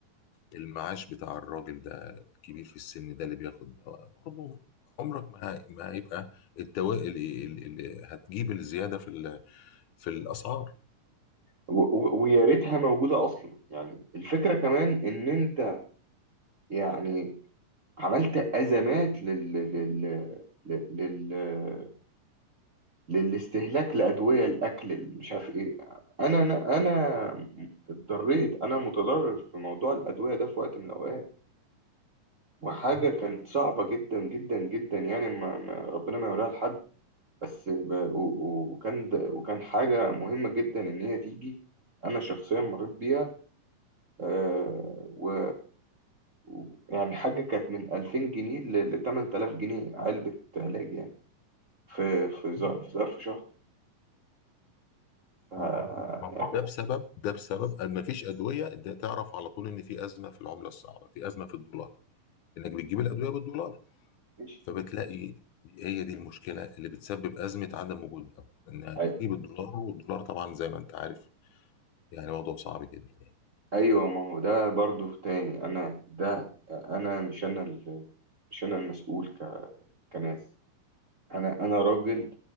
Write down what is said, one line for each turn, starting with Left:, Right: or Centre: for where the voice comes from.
Left: المعاش بتاع الراجل ده الكبير في السن ده اللي بياخد ده برضه عمرك ما هي- ما هيبقى التوائل اللي هتجيب الزياده في ال- في الاسعار
Right: و- و- ويا ريتها موجودة أصلا يعني الفكرة كمان إن أنت يعني عملت أزمات لل لل لل لل للاستهلاك لأدوية الأكل اللي مش عارف إيه أنا أنا أنا اتضريت أنا متضرر في موضوع الأدوية ده في وقت من الأوقات وحاجة
Left: م-
Right: كانت صعبة جدا جدا جدا يعني ما ما ربنا ما يوريها لحد بس ب- و- و- وكان وكان حاجة مهمة جدا إن هي تيجي أنا شخصيا مريت بيها آه، و و- يعني حاجة كانت من 2000 جنيه ل 8000 جنيه علبة علاج يعني في في
Left: م-
Right: ظر- في ظرف شهر ف-
Left: م. ما
Right: يعني
Left: هو ده بسبب ده بسبب أن ما فيش ادويه ده تعرف على طول ان في ازمه في العمله الصعبه في ازمه في الدولار انك بتجيب الادويه بالدولار
Right: ماشي
Left: فبتلاقي دي- هي دي المشكله اللي بتسبب ازمه عدم وجود ده انها بتجيب
Right: أي-
Left: الدولار والدولار طبعا زي ما انت عارف يعني وضعه صعب جدا
Right: ايوه ما هو ده برضو تاني انا ده انا مش انا ال- مش انا المسؤول ك... كناس انا انا راجل